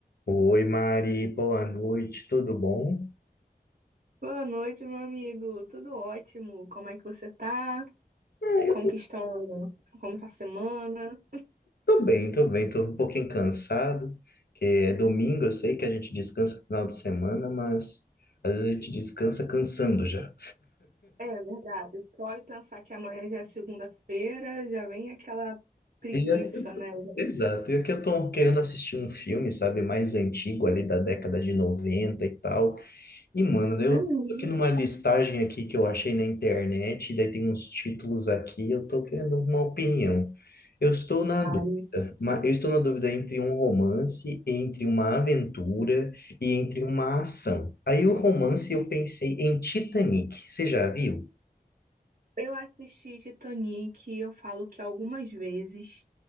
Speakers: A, on the left (about 70°); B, on the right (about 55°).
A: Oi, Mari, boa noite, tudo bom?
B: Boa noite, meu amigo. Tudo ótimo. Como é que você tá?
A: Ah, eu
B: Como
A: tô,
B: que estão? Como tá a semana?
A: tô bem, tô bem, tô um pouquinho cansado, que é domingo, eu sei que a gente descansa no final de semana, mas às vezes a gente descansa cansando já.
B: É verdade. Só de pensar que amanhã já é segunda-feira, já vem aquela preguiça,
A: E aqui eu tô-
B: né?
A: Exato, e aqui eu tô querendo assistir um filme, sabe, mais antigo ali da década de 90 e tal, E, mano, eu
B: Uhum,
A: tô aqui numa listagem aqui que eu achei na internet, daí tem uns títulos aqui, eu tô querendo uma opinião. Eu estou na
B: claro.
A: dúvida, mas eu estou na dúvida entre um romance, entre uma aventura e entre uma ação. Aí o romance eu pensei em Titanic, você já viu?
B: Eu assisti Titanic, eu falo que algumas vezes